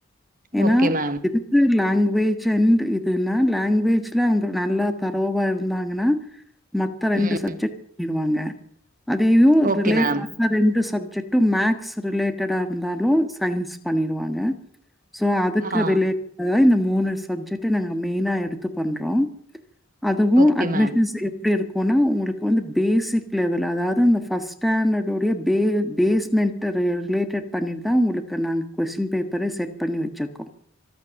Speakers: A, in the centre; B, on the right.
A: ஏன்னா
B: ஓகே மேம்.
A: இது லாங்குவேஜ் அண்ட் இதுன்னா லாங்குவேஜ்ல அங்க நல்லா தரவா இருந்தாங்கன்னா மத்த ரெண்டு
B: ம்.
A: சப்ஜெக்ட் பண்ணிடுவாங்க அதயு
B: ஓகே
A: ரிலேட்
B: மேம்.
A: மத்த ரெண்டு சப்ஜெக்ட்டு மேக்ஸ் ரிலேட்டேடா இருந்தாலு சயின்ஸ் பண்ணிடுவாங்க சோ அதுக்கு
B: ஆ.
A: ரிலேட்டேடா இந்த மூணு சப்ஜெக்ட்ட நாங்க மெயினா எடுத்து பண்றோ அதுவு
B: ஓகே
A: அட்மிஷன்ஸ்
B: மேம்.
A: எப்டி இருக்குன்னா உங்களுக்கு வந்து பேசிக் லெவல் அதாவது அந்த ஃபர்ஸ்ட் ஸ்டாண்டர்ட் உடைய பே பேஸ்மெண்ட்ட ரிலேட்டேட் பண்ணிட்டு தா உங்களுக்கு நாங்க கொஷ்டின் பேப்பரே செட் பண்ணி வச்சுருக்கோ